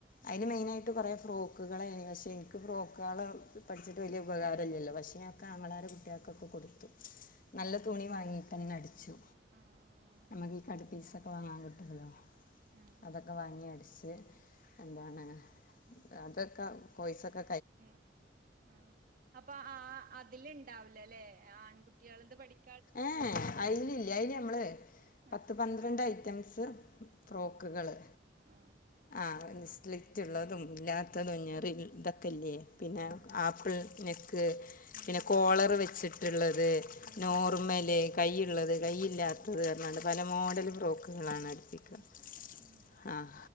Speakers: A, on the left; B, on the right.
A: അയില് മെയിനായിട്ട് കൊറെ ഫ്രോക്കുകളേനി. പക്ഷേ ഇൻക്ക് ഫ്രോക്കേൾ പഠിച്ചിട്ട് വലിയ ഉപകാരല്ലല്ലോ പക്ഷേ പിന്ന അ ഒക്കെ ആങ്ങളാരെ കുട്ടികൾക്കൊക്കെ കൊടുത്തു
B: ആഹ് ആഹ്
A: നല്ല തുണി വാങ്ങിട്ടന്നെ അടിച്ചു.
B: ആഹ് ആഹ് ആഹ് ആഹ്
A: നമുക്ക് ഈ കട് പീസ് ഒക്കെ വാങ്ങാൻ കിട്ടൊല്ലോ
B: ഉം
A: അതൊക്കെ വാങ്ങി അടി ച്ച് എന്താണ് അതൊക്കെ കോഴ്സൊക്ക
B: ഉ ആഹ് അപ്പൊ ആ അതില് ഇണ്ടാവി ല്ല ലേ ആൺകുട്ടിയേൾത് പഠി
A: ഏഹേ അയില് ഇല്ല്യ. അയില് നമ്മള്
B: ആഹ്
A: പത്ത് പന്ത്രണ്ട് ഐറ്റംസ് ഫ്രോക്കുകള്.
B: ആഹ് ആഹ്
A: ആഹ് സ്ലിറ്റ് ഇള്ളതും ഇല്ലാത്തതും ഞറി ഇതൊക്കെല്ലേ പിന്നെ
B: ആഹ്
A: ആപ്പിൾ നെ ക്ക്
B: ഉം
A: പിന്നെ കോളറ് വെച്ചിട്ട്ള്ളത്
B: ഉം
A: മുറുമൽ,
B: ഉം ഉം
A: കൈയ്ള്ളത്, കൈയില്ലാത്തത് പറഞ്ഞാണ്ട് പല
B: ഉം
A: മോഡൽ ഫ്രോക്കുകളാണ് ത്. <unintelligible>
B: ഉം ഉം ഉം
A: ആഹ്